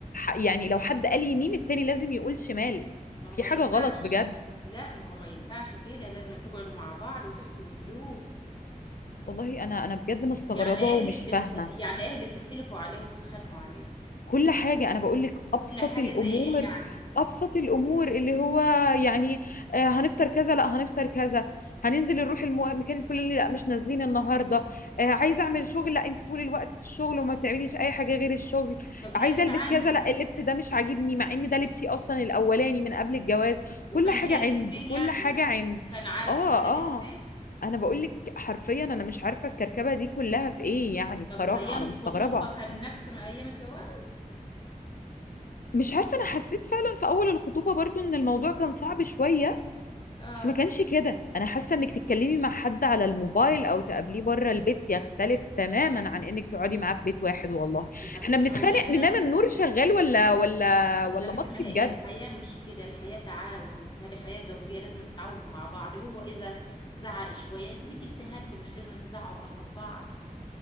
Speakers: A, on the left; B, on the left.
A: يعني لو حد قال يمين التاني لازم يقول شمال
B: ما
A: في
B: هو ما
A: حاجه
B: ينفعش
A: غلط بجد
B: لا ما هو ما ينفعش كده لازم تقعدوا مع بعض وتحكوا بهدوء
A: والله انا انا بجد مستغربه
B: يعني ايه
A: ومش
B: اللي بتخت...
A: فاهمه
B: يعني ايه اللي بتختلفوا عليه وبتتخانقوا عليه
A: كل حاجة أنا بقول لك أبسط
B: كل حاجة
A: الأمور
B: زي ايه يعني
A: أبسط الأمور اللي هو يعني آه، هنفطر كذا لا هنفطر كذا هننزل نروح المو- المكان الفلاني لا مش نازلين النهاردة آه، عايزة أعمل شغل لا أنت طول الوقت في الشغل وما بتعمليش أي حاجة غير الشغل
B: طب ليه
A: عايزة
B: بتعاندوا
A: ألبس كذا لا اللبس ده مش عاجبني مع إن ده لبسي أصلا الأولاني من قبل الجواز
B: وكان
A: كل حاجة
B: شايفك
A: عند
B: بيه
A: كل
B: يعني
A: حاجة عند
B: كان عارف
A: آه
B: ان هذا لبسك
A: آه أنا بقول لك حرفيا أنا مش عارفة الكركبة دي كلها في إيه يعني بصراحة
B: طب وايام
A: أنا
B: الخطوبه
A: مستغربة
B: كان نفس ما ايام الجواز
A: مش عارفة أنا حسيت فعلا في أول الخطوبة برضو إن الموضوع كان صعب شوية
B: اه
A: بس ما كانش كده أنا حاسة إنك تتكلمي مع حد على الموبايل أو تقابليه بره البيت يختلف تماما عن إنك تقعدي معاه في بيت واحد والله
B: يا حبيبتي
A: إحنا بنتخانق
B: ما هو لازما
A: ننام النور شغال ولا ولا ولا
B: يا حبيبتي
A: مطفي
B: ما هي
A: بجد
B: الحياه مش كده الحياه تعاون هذه حياه زوجيه لازم تتعاونوا مع بعض هو اذا زعق شويه انت بدك تهدي مش لازم تزعقوا قصاد بعض